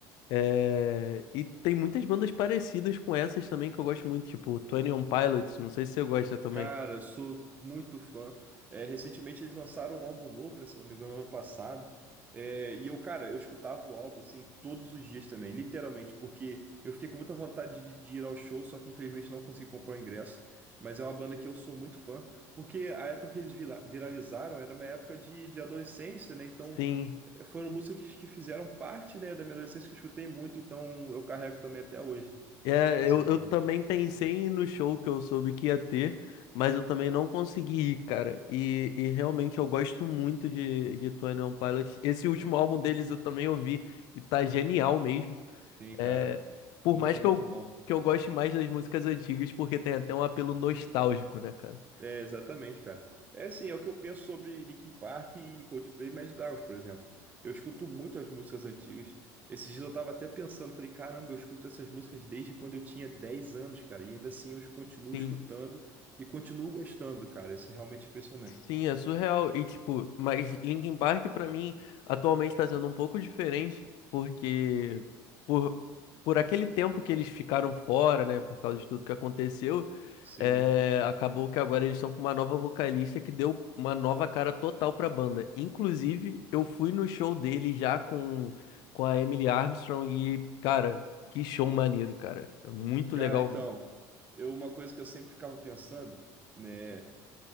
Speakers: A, on the left; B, on the right.
A: É, E tem muitas bandas parecidas com essas também que eu gosto muito, tipo Twenty One Pilots, não sei se você gosta também.
B: Cara, sou muito fã. É, recentemente eles lançaram um álbum novo, né? Se não me engano, ano passado. É, e eu, cara, eu escutava o álbum, assim, todos os dias também, literalmente, porque eu fiquei com muita vontade de, de ir ao show, só que infelizmente não consegui comprar o ingresso. Mas é uma banda que eu sou muito fã, porque a época que eles vira- viralizaram era uma época de, de adolescência, né? Então
A: Sim,
B: eh, foram músicas que que fizeram parte, né, da minha adolescência que eu escutei muito, então eu carrego também até hoje
A: é,
B: essa
A: eu,
B: banda.
A: eu também pensei em ir no show que eu soube que ia ter, mas eu também não consegui ir, cara. E, e realmente eu gosto muito de, de Twenty One Pilots. Esse último álbum deles eu também ouvi e tá genial mesmo.
B: Sim,
A: É,
B: cara.
A: por
B: Muito,
A: mais que
B: muito
A: eu,
B: bom.
A: que eu goste mais das músicas antigas, porque tem até um apelo nostálgico, né, cara?
B: É, exatamente, cara. É assim, é o que eu penso sobre Linkin Park e Coldplay e Imagine Dragons, por exemplo. Eu escuto muito as músicas antigas. Esses dias eu tava até pensando, falei, caramba, eu escuto essas músicas desde quando eu tinha 10 anos, cara. E ainda assim eu continuo
A: Sim.
B: escutando e continuo gostando, cara. Isso é realmente impressionante.
A: Sim, é surreal. E, tipo, mas Linkin Park, pra mim, atualmente tá sendo um pouco diferente, porque por, por aquele tempo que eles ficaram fora, né, por causa de tudo que aconteceu,
B: Sim.
A: é, acabou que agora eles estão com uma nova vocalista que deu uma nova cara total pra banda. Inclusive, eu fui no show dele já com, com a Emily Armstrong e, cara, que show maneiro, cara. É muito
B: Cara,
A: legal
B: então,
A: mesmo.
B: eu, uma coisa que eu sempre ficava pensando, né?